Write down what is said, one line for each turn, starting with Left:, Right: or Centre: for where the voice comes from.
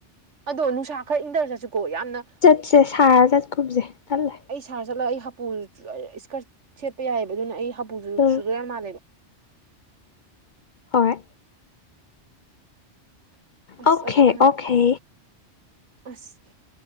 Right: ꯑꯗꯣ ꯅꯨꯡꯁꯥ ꯈꯔ ꯏꯪꯊꯔ ꯆꯠꯁꯤꯀꯣ ꯌꯥꯝꯅ
Left: ꯆꯠꯁꯦ ꯁꯥꯔ ꯆꯠꯀꯨꯝꯁꯦ ꯊꯜꯂꯦ
Right: ꯑꯩ ꯁꯥꯍꯔ ꯆꯠꯂꯒ ꯑꯩ ꯍꯥꯄꯨ ꯏꯁꯀꯔꯠ ꯁꯦꯠꯄ ꯌꯥꯏꯑꯕ ꯑꯗꯨꯅ ꯑꯩ ꯍꯥꯄꯨꯁꯨ
Left: ꯑꯥ
Right: ꯆꯨꯗ ꯌꯥꯝ ꯃꯥꯜꯂꯦꯕ
Left: ꯍꯣꯏ
Right: ꯑꯁ
Left: ꯑꯣꯀꯦ
Right: ꯑꯗꯨ ꯍꯥꯏꯔꯒ
Left: ꯑꯣꯀꯦ
Right: ꯑꯁ